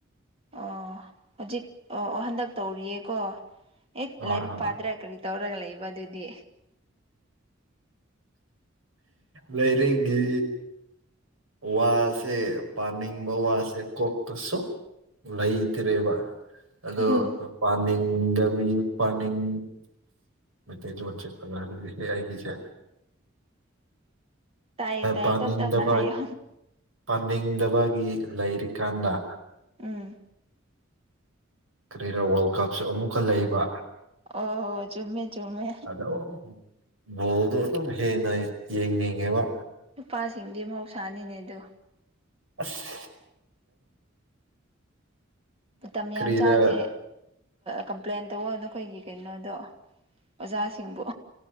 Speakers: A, on the right; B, on the right.
A: ꯑꯣ ꯍꯧꯖꯤꯛ ꯑꯣ ꯑꯣ ꯍꯟꯗꯛ ꯇꯧꯔꯤꯌꯦꯀꯣ ꯑꯦ
B: ꯍꯣꯏ
A: ꯂꯥꯏꯔꯤꯛ
B: ꯍꯣꯏ
A: ꯄꯥꯗ꯭ꯔꯥ ꯀꯔꯤ ꯇꯧꯔꯒ ꯂꯩꯕ ꯑꯗꯨꯗꯤ
B: ꯂꯩꯔꯦꯒꯤ ꯋꯥꯁꯦ ꯄꯅꯤꯕ ꯋꯥꯁꯦ ꯀꯣꯛ ꯇ ꯁ ꯂꯩꯇ꯭ꯔꯦꯕ ꯑꯗꯣ
A: ꯎꯝ
B: ꯄꯥꯅꯤꯡꯗꯕꯤ ꯄꯥꯅꯤꯡ ꯃꯖ ꯆꯦ ꯄ ꯍꯥꯏꯁ
A: ꯇꯥꯏꯌꯦ ꯇꯥꯏꯌꯦ
B: ꯄꯥꯅꯤꯡꯗꯕ
A: ꯇꯞ ꯇꯞꯅ ꯍꯥꯏꯌꯣ
B: ꯄꯥꯅꯤꯡꯗꯕꯒꯤ ꯂꯩꯔꯤꯀꯥꯟꯗ
A: ꯎꯝ
B: ꯀꯔꯤꯔ ꯋꯥꯔꯜ ꯀꯞꯁꯨ ꯑꯃꯨꯛꯀ ꯂꯩꯕ
A: ꯑꯣ ꯆꯨꯝꯃꯦ ꯆꯨꯝꯃꯦ
B: ꯑꯗꯣ ꯕꯣꯜꯗꯣ ꯑꯗꯨꯝ ꯍꯦꯟꯅ ꯌꯦꯡꯅꯤꯡꯉꯦꯕ
A: ꯅꯨꯄꯥꯁꯤꯡꯗꯤ ꯃꯍꯧꯁꯥꯅꯤꯅꯦ ꯑꯗ
B: ꯑꯁ
A: ꯃꯇꯝ
B: ꯀꯔꯤꯔ
A: ꯌꯥꯝ ꯆꯥꯗꯦ ꯀꯝꯄ꯭ꯂꯦꯟ ꯇꯧꯕ ꯅꯈꯣꯏꯒꯤ ꯀꯩꯅꯣꯗꯣ ꯑꯣꯖꯥꯁꯤꯡꯕꯨ